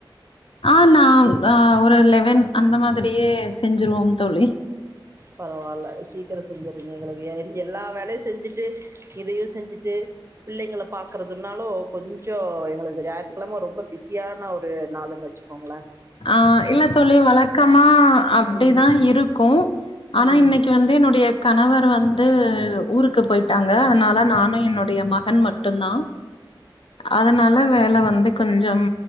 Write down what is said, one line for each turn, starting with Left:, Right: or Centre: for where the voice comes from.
Left: ஆ நா அ ஒரு லெவன் அந்த மாதிரியே செஞ்சுருவோம் தோழி
Right: பரவால்ல சீக்கிரோ செஞ்சறீங்க எங்களுக்கு என் எல்லா வேலயு செஞ்சுட்டு இதையு செஞ்சுட்டு புள்ளைங்கள பாக்கறதுனாலு கொஞ்சோ எங்களுக்கு ஞாயித்துக்கெழம ரொம்ப பிஸியான ஒரு நாள்ன்னு வச்சு கோங்ள
Left: ஆ இல்ல தோழி வழக்கமா அப்டிதா
Right: ம்
Left: இருக் க்கு ஆனா
Right: ம்
Left: இன்னிக்கு வந்து என்னுடைய கணவர் வந்து ஊருக்கு போயிட்டாங்க அதனால நானு என்னுடைய மகன் மட்டுந்தா அதனால வேல வந்து கொஞ்சம்